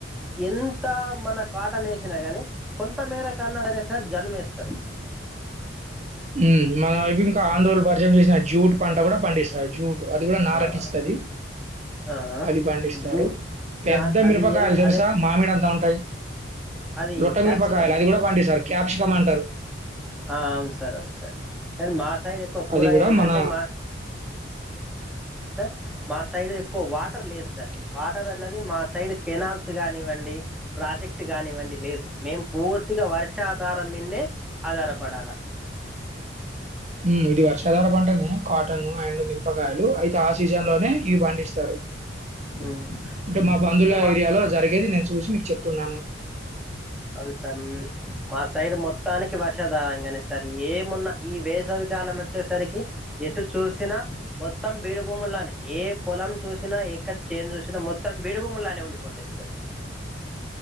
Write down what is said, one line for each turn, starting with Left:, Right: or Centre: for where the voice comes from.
Centre: ఎంత మన కాటన్ వేసినా కానీ కొంతమేర కన్నా సరే సార్ జన్మేస్తరు
Right: ఉ మన వైపు ఇంకా ఆంధ్రోలు పరిచయం చేసిన జ్యూటు పంట కూడా పండిస్తార్ జూట్ అది కూడా నారకిస్తది
Centre: ఆ. ఆ
Right: అది పండిస్తారు
Centre: జూ
Right: పెద్ద
Centre: దాన్ అది
Right: మిరపకాయలు
Centre: ఎలా
Right: తెలుసా
Centre: అదే
Right: మామిడ అంతా ఉంటాయి
Centre: అది
Right: లొట
Centre: క్యాప్సికం
Right: మీరుపకాయలు
Centre: లాంటిది
Right: అది కూడా పండిస్తారు క్యాప్షూ జమంటరు
Centre: ఆ అవును సార్ అవును సార్ కానీ మా సైడ్ ఎక్కువ కూరగాయాల
Right: అది గూడా మన
Centre: అంటే మా సర్ మా సైడ్ ఎక్కువ వాటర్ లేదుస్తారు వాటర్ అనేది మా సైడ్ కెనాల్స్ కానివ్వండి ప్రాజెక్ట్ కానివ్వండి లేదు మేము పూర్తిగా వర్షాధారం మీనే ఆధారపడాలా
Right: ఉమ్ ఇది పారు చదర పంటని కాటన్ ఆయన్ను మిర్పకాయి లో అయితే ఆ సీజన్ లోనే ఇవి పండిస్తారు
Centre: హ్మ్.
Right: అంటే మా బంధుల
Centre: అయితే మా
Right: ఏరియాలో జరిగేది నేను చూసి మీకు చెప్తున్నాను
Centre: అవును సార్ మా సైడ్ మొత్తానికి వర్షాధారంగానే సార్ ఏమున్నా ఈ వేసవి కాలం వచ్చేసరికి ఎటు చూసినా మొత్తం బీడి భూములానే ఏ పొలం చూసినా ఎక్కడ చేను చూసినా మొత్తం బీడి భూములానే ఉండిపోతాయి సార్